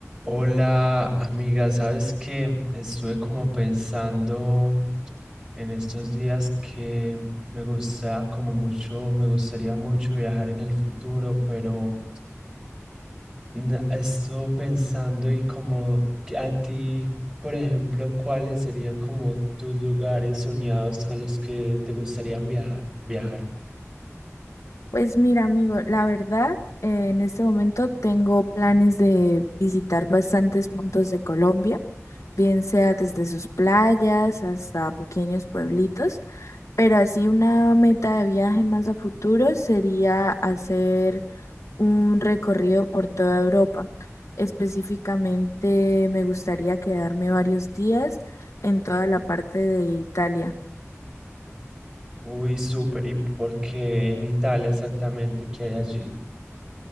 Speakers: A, on the right; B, on the left.
A: Hola amiga, sabes que estuve como pensando en estos días que me gusta como mucho, me gustaría mucho viajar en el futuro, pero na- estuve pensando y como que a ti, por ejemplo, ¿cuáles serían como tus lugares soñados a los que te gustaría viajar? Viajar.
B: Pues mira, amigo, la verdad, eh, en este momento tengo planes de visitar bastantes puntos de Colombia, bien sea desde sus playas hasta pequeños pueblitos, pero así una meta de viaje más a futuro sería hacer un recorrido por toda Europa. Específicamente me gustaría quedarme varios días en toda la parte de Italia.
A: Uy, súper, ¿y por qué en Italia exactamente? ¿Qué hay allí?